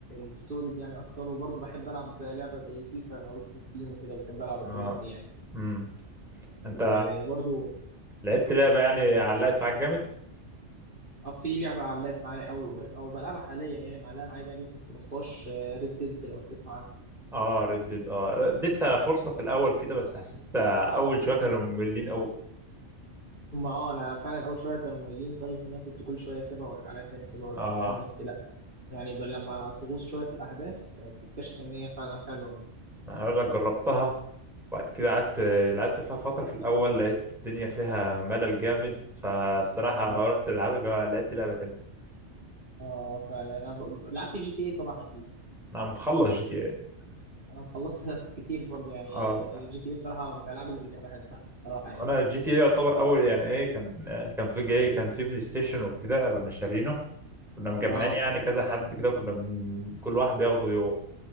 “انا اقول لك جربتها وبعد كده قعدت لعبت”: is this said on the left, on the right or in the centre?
Centre